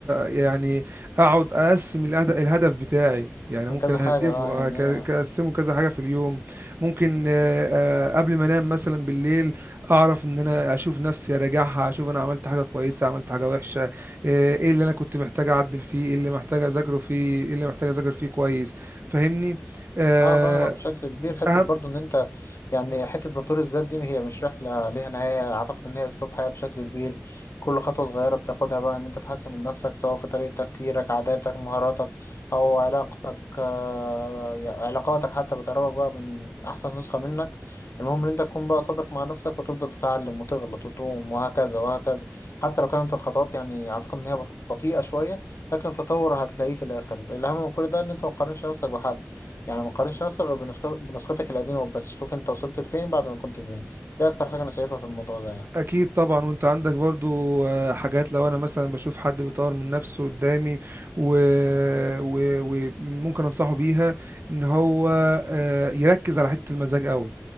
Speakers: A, on the right; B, on the left.
A: يعني اقعد اقسم الهد- الهدف بتاعي يعني ممكن
B: من كذا
A: اهدفه
B: حاجة اه يعني
A: أك-
B: هي
A: اقسمه كذا حاجه في اليوم ممكن آه، آه، قبل ما انام مثلا بالليل اعرف ان انا اشوف نفسي اراجعها اشوف انا عملت حاجه كويسه عملت حاجه وحشه آه، ايه اللي انا كنت محتاج اعدل فيه ايه اللي محتاج اذاكره فيه ايه اللي محتاج اذاكر فيه كويس فاهمني آه،
B: اه فاهمك بشكل كبير حته
A: اهم
B: برضو ان انت يعني حته تطوير الذات دي هي مش رحله ليها نهايه اعتقد ان هي اسلوب حياه بشكل كبير كل خطوه صغيره بتاخدها بقى ان انت تحسن من نفسك سواء في طريقه تفكيرك عاداتك مهاراتك او علاقتك آه يعني علاقاتك حتى بتقربك بقى من احسن نسخه منك المهم ان انت تكون بقى صادق مع نفسك وتفضل تتعلم وتغلط وتقوم وهكذا وهكذا حتى لو كانت الخطوات يعني اعتقد ان هي بط- بطيئه شويه لكن التطور هتلاقيه في الاخر الاهم من كل ده ان انت ما تقارنش نفسك بحد يعني ما تقارنش نفسك غير بنسخ- بنسختك القديمة بس شوف انت وصلت لفين بعد ما كنت فين ده اكتر حاجة انا شايفها في الموضوع ده يعني
A: اكيد طبعا وانت عندك برضو آه، حاجات لو انا مثلا بشوف حد بيطور من نفسه قدامي و... و... وممكن انصحه بيها ان هو آه، يركز على حتة المزاج قوي